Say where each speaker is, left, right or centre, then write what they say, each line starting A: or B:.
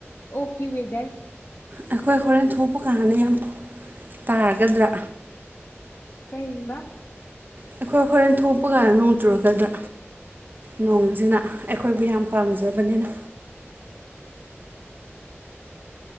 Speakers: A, on the left (about 50°); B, on the right (about 45°).
A: ꯑꯣꯀꯤ ꯋꯦꯗꯔ
B: ꯑꯩꯈꯣꯏ ꯍꯣꯔꯦꯟ ꯊꯣꯛꯄ ꯀꯥꯟꯗ ꯌꯥꯝ ꯇꯥꯔꯒꯗ꯭ꯔꯥ
A: ꯀꯩꯕ
B: ꯑꯩꯈꯣꯏ ꯍꯣꯔꯦꯟ ꯊꯣꯛꯄ ꯀꯥꯟꯗ ꯅꯣꯡ ꯆꯨꯔꯛꯀꯗ꯭ꯔꯥ ꯅꯣꯡꯁꯤꯅ ꯑꯩꯈꯣꯏꯕꯨ ꯌꯥꯝ ꯄꯥꯝꯖꯕꯅꯤꯅ